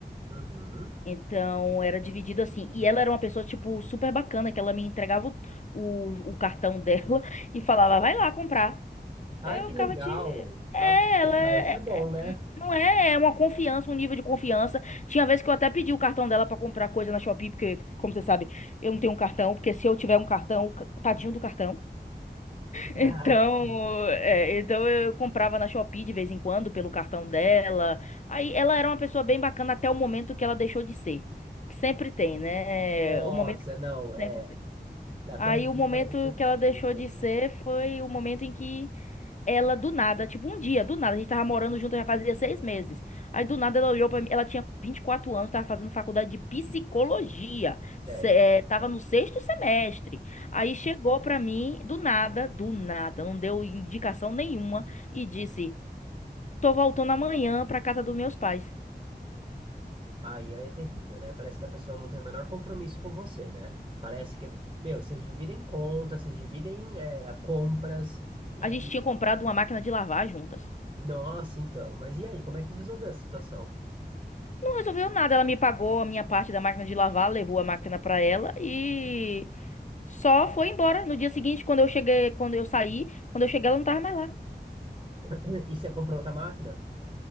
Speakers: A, on the right (about 35°); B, on the left (about 45°).
A: Uhum.
B: Então era dividido assim. E ela era uma pessoa, tipo, super bacana, que ela me entregava o, o, o cartão dela <laughs> e falava, vai lá comprar.
A: Ai,
B: Aí eu
A: que
B: ficava,
A: legal!
B: de... é,
A: Nossa, que legal,
B: ela é-
A: isso é bom,
B: é,
A: né?
B: não é, é uma confiança, um nível de confiança. Tinha vez que eu até pedi o cartão dela pra comprar coisa na Shopee, porque, como você sabe, eu não tenho um cartão, porque se eu tiver um cartão, o ca- tadinho do cartão.
A: <laughs>
B: Então, é, então eu comprava na Shopee de vez em quando pelo cartão dela. Aí ela era uma pessoa bem bacana até o momento que ela deixou de ser. Que sempre tem, né?
A: Nossa,
B: O momento que
A: não, é.
B: sempre tem.
A: Até
B: Aí
A: o momento
B: o momento
A: que ela deixou de
B: que ela
A: ser,
B: deixou
A: eu entendo.
B: de ser foi o momento em que ela do nada, tipo um dia, do nada, a gente tava morando junto já fazia seis meses. Aí do nada ela olhou pra mim, ela tinha 24 anos, tava fazendo faculdade de psicologia,
A: Certo.
B: se- eh, tava no sexto semestre. Aí chegou pra mim, do nada, do nada, não deu indicação nenhuma e disse: Tô voltando amanhã pra casa dos meus pais.
A: Aí é terrível, né? Parece que a pessoa não tem o menor compromisso com você, né? Parece que, meu, vocês dividem contas, vocês dividem é, compras e.
B: A gente tinha comprado uma máquina de lavar juntas.
A: Nossa, então. Mas e aí, como é que resolveu essa situação?
B: Não resolveu nada. Ela me pagou a minha parte da máquina de lavar, levou a máquina pra ela e só foi embora. No dia seguinte, quando eu cheguei, quando eu saí, quando eu cheguei, ela não tava mais lá.
A: <clears throat> E você comprou outra máquina?